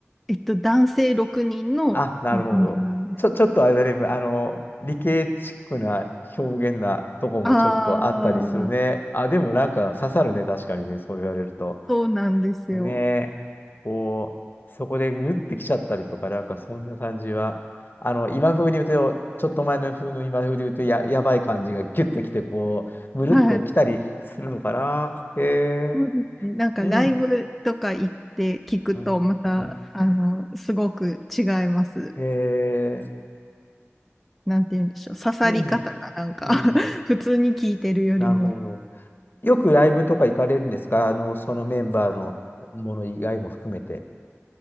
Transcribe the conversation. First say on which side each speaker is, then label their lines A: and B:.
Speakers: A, in the centre; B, on the left.
A: えっと、男性6人のバンドなんです。
B: あ、なるほど。ちょ、ちょっとあれだね。あの、理系チックな表現なとこもちょっとあったりするね。
A: ああ、
B: あ、でもなんか刺さるね。確かにね。そう言われると。
A: そうなんですよ。
B: ねえ、こう、そこでギュッてきちゃったりとか、なんかそんな感じは、あの、今風に言うと、ちょっと前の風の今風で言うとや、やばい感じがギュッときて、こう、むるっときたりするのかな。
A: はい。
B: へ
A: そうですね。
B: え、
A: なんかライブとか行って聞くと、
B: うん、うん、
A: また、
B: うん、
A: あの、すごく違います。
B: へえ、
A: なんて言うんでしょう、刺さり方がなんか
B: うん、うん、
A: <laughs> 普通に聞いてるよりも。
B: なるほど。よくライブとか行かれるんですかあの、そのメンバーのもの以外も含めて。